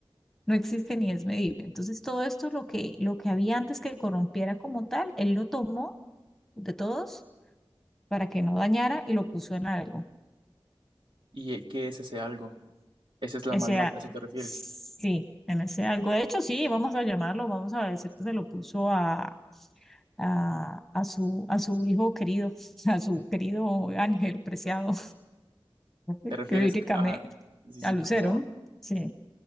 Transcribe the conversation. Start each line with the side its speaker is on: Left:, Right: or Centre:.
Centre: no existe ni es medible. Entonces, todo esto, lo que, lo que había antes que corrompiera como tal, él lo tomó de todos para que no dañara y lo puso en algo.
Right: ¿Y eh, qué es ese algo? Esa es la
Centre: Ese,
Right: maldad,
Centre: a-
Right: ¿a eso te refieres?
Centre: sí, en ese algo. De hecho, sí, vamos a llamarlo, vamos a decir que se lo puso a, a, a su, a su hijo querido, <laughs> a su querido ángel preciado, <laughs>
Right: ¿Te refieres
Centre: que bíblicamente,
Right: a... Sí,
Centre: a
Right: sí,
Centre: Lucero,
Right: como...
Centre: sí.